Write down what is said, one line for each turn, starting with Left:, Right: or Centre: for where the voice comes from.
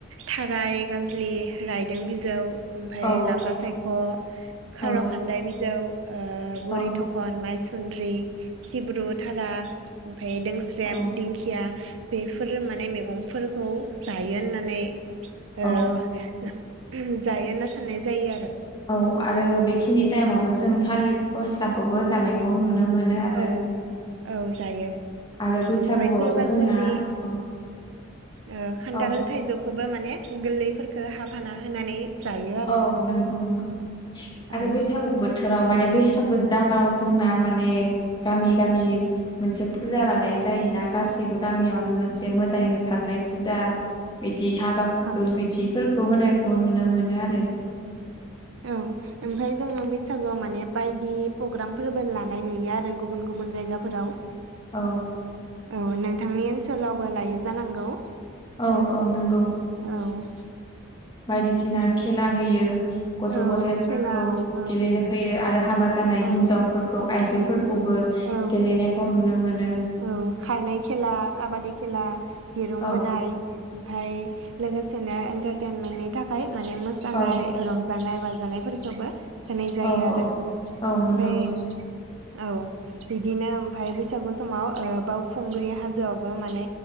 Right: थाराय गाजलि रायदों बिजौ ओमफाय
Left: औ
Right: लाफा सायख' खार'
Left: औ
Right: खान्दाय बिजौ ओ बुरि
Left: औ
Right: थख न माइसन्द्रि सिब्रु थारा ओमफाय दोंस्रेम
Left: औ
Right: दिं खिया बेफोर माने मैगंफोरखौ जायो होननानै
Left: औ
Right: ओ जायो होना साननाय जायो आरो।
Left: औ आरो बेखिनि टाइमवथ' जों
Right: औ
Left: थालिर फस्लाखौबो जानायखौ नुनो मोनो। आरो
Right: औ जायो
Left: आरो बैसागुआवथ'
Right: ओमफ्राय सोरबा
Left: जोंना
Right: सोरबि
Left: औ
Right: ओ खान्थाल
Left: औ
Right: थाइजौखौबो माने गोरलैफोरखौ हाफाना होनानै जायो आरो
Left: औ नंगौ नंगौ आरो
Right: औ
Left: बैसागु बो थोराव माने बैसागु दानाव जोंना माने गामि गामि मोनसे फुजा लानाय जायोना गासैबो गामियावनो मोनसे मोदाय होखारनाय फुजा। बिदि हाबा
Right: औ
Left: दुल बिथिफोरखौ होनायखौ नुनो मोनो आरो।
Right: औ ओमफ्राय जोङो बैसागोआव माने बायदि प्रग्रामफोरबो लानाय नुयो आरो गुबुन गुबुन जायगाफोराव।
Left: औ
Right: औ नोंथांनि ओनसोलावबो लायो जानांगौ?
Left: औ औ नंगौ।
Right: औ
Left: बायदिसिना खेला होयो। गथ'
Right: औ
Left: गथाइफोरखौ
Right: खेला औ
Left: गेलेनो होयो आरो हाबा जानाय
Right: औ
Left: हिन्जाव फोरखौ आइजोफोरखौबो
Right: औ
Left: गेलेनायखौ नुनो मोनो।
Right: औ खारनाय खेला काबादि खेला दिरुंबोनाय।
Left: औ
Right: ओमफाय लोगोसेनो एन्टारटेनमेन्टनि थाखाय माने मोसानाय
Left: औ
Right: रंजा जानाय बाजानायफोरखौबो होनाय जायो
Left: औ
Right: आरो
Left: औ
Right: ओमफाय
Left: औ नंगौ
Right: औ बिदिनो ओमफ्राय बैसागु समाव ओ बावखुंग्रि हाजोआवबो माने